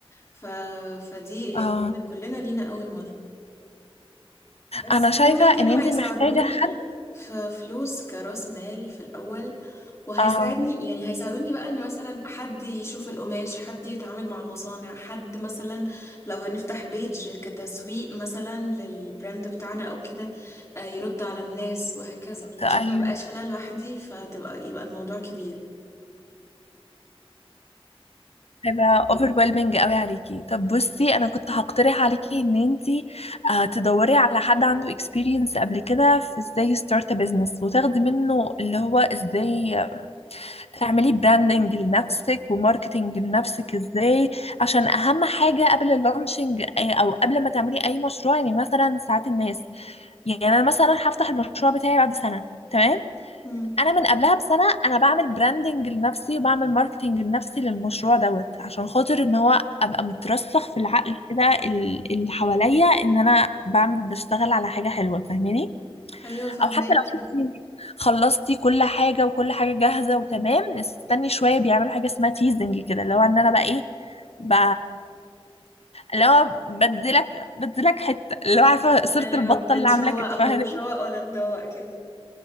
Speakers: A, on the left; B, on the left.
A: ف... فدي يعني
B: اه
A: إحنا كلنا لينا أول مرة بس
B: انا شايفة
A: هما
B: ان
A: كانوا
B: انت
A: هيساعدوني
B: محتاجة حد
A: في فلوس كرأس مال في الأول وهيساعدني
B: اه
A: يعني هيساعدوني بقى ان مثلا حد يشوف القماش حد يتعامل مع المصانع حد مثلا لو هنفتح بيج كتسويق مثلا للبراند بتاعنا او كده آه، يرد على الناس وهكذا يعني عشان
B: ايوه
A: ما بقاش انا لوحدي فتبقى يبقى الموضوع كبير
B: هيبقى overwhelming قوي عليكي طب بصي انا كنت هقترح عليكي ان انتي آه، تدوري على حد عنده experience قبل كده في ازاي start a business وتاخدي منه اللي هو ازاي تعملي branding لنفسك وماركتينج لنفسك ازاي عشان اهم حاجة قبل اللانشنج او قبل ما تعملي اي مشروع يعني مثلا ساعات الناس يعني انا مثلا هفتح المشروع بتاعي بعد سنة تمام
A: مم.
B: انا من قبلها بسنه انا بعمل براندنج لنفسي وبعمل ماركتنج لنفسي للمشروع دوت عشان خاطر ان هو ابقى مترسخ في العقل كده ال- اللي حواليا ان انا بعمل بشتغل على حاجه حلوه فاهماني
A: ايوه فهماكي
B: او حتى لو انتي خلصتي كل حاجه وكل حاجه جاهزه وتمام استني شويه بيعملوا حاجه اسمها تيزنج كده اللي هو ان انا بقى ايه ب... اللي هو بديلك بديلك حته اللي هو عارفه صورة
A: ايوه
B: البطه
A: بنشوق
B: اللي عامله كتفها
A: اهو بنشوق ولا تدوق كده